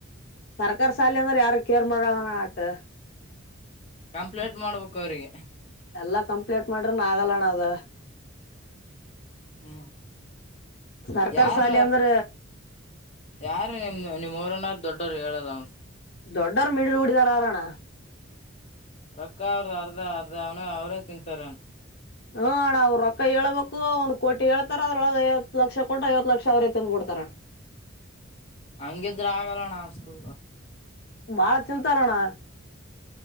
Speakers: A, on the left; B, on the left.
A: ಸರ್ಕಾರಿ ಶಾಲಿ ಅಂದ್ರೆ ಯಾರ ಕೇರ್ ಮಾಡ ಆಟ್
B: ಕಂಪ್ಲೇಂಟ್ ಮಾಡ್ಬೇಕು ಅವ್ರಿಗೆ
A: ಎಲ್ಲಾ ಕಂಪ್ಲೀಟ್ ಮಾಡ್ರಿ ನ ಆಾಗಲಣ ಅದ
B: ಹ್ಮ್
A: ಸರ್ಕಾರ
B: ಯಾರ
A: ಶಾಲೆ ಅಂದ್ರ
B: ಯಾರ ನಿಮ್ದ ನಿಮ್ ಊರನ ದೊಡ್ಡವರು ಹೇಳದನ್
A: ದೊಡ್ಡರ ಮಿಡರು ಹುಡಿದಾರ ಅರಣ
B: ರಕ್ಕ ಅವ್ರ ಅರ್ಧ ಅರ್ಧ ಅವನು ಅವರೇ ತಿಂತರನು
A: ಹ್ಮಣ ಅವ್ ರೊಕ್ಕ ಹೇಳ್ಬೇಕು ಒಂದ್ ಕೋಟಿ ಹಳ್ಾರ ಅದ್ರೊಳಗೆ ಐವತ್ತು ಲಕ್ಷ ಕೊಂಟು ಐವತ್ತು ಲಕ್ಷ ಅವ್ರೈ ತಿಂದ್ ಬುಡತರ್
B: ಹಂಗಿದ್ರ ಆಗಲ್ಲಣ್ಣ ಇಸ್ಕೂ
A: ಬಾಳ ಚಿಂತಾರೋಣ